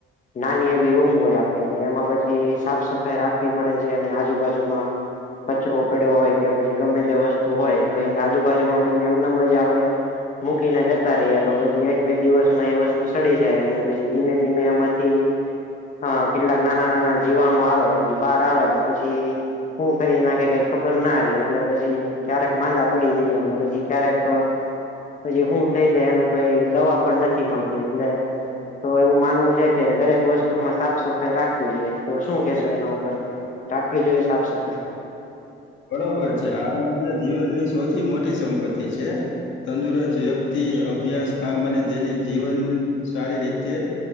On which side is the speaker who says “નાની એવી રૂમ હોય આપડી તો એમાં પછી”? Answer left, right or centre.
Left